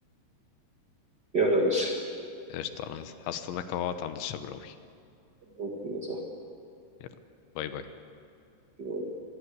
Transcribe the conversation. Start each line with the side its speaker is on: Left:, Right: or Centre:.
Right: يلا يا باشا
Left: قشطة أنا هستناك أهوت عند الشبراوي
Right: ممكن يا
Left: يلا باي باي
Right: صاحبي